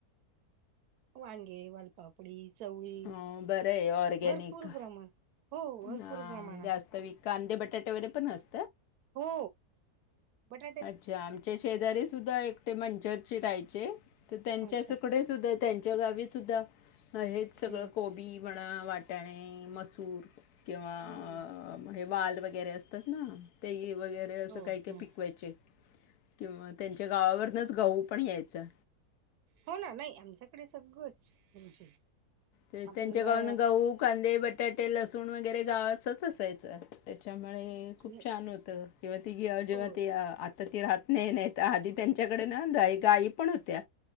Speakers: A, on the right; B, on the left.
A: वांगे, वालपापडी चवळी
B: हो बरं आहे ऑर्गॅनिक
A: भरपूर प्रमाण हो भरपूर
B: हां
A: प्रमाणात.
B: जास्त वी कांदे, बटाटे वगैरे पण अस
A: हो बटा
B: अच्छा आमच्या शेजारी सुद्धा एकटे मंचरचे राहायचे तर त्यांच्या
A: अच्छा
B: सुकडे सुद्धा त्यांच्या गावी सुुद्धा हेच
A: हम्म
B: सगळं कोबी म्हणा वाटाणे, मसू तूर किंवा
A: हम्म
B: हे वाल वगैरे असतात ना ती वगैरे असं
A: हो
B: काय-काय
A: हो
B: पिकवयचे किंवा त्यांच्या गावावरनंच गहू पण यायचं.
A: हो ना नाही आमच्याकडे सगळंच म्हणजे
B: ते
A: आपल्याला
B: त्यांच्या गावानं गहू, कांदे, बटाटे, लसूण वगैरे गावचच असायचं. त्याच्यामुळे
A: हो
B: हे
A: नाही,
B: खूप छान होतं किंवा ती गे अ जेव्हा
A: हो
B: ती आ आता ती राहत नाही नाही आदी त्यांच्याकडे ना दा गाई पण होत्या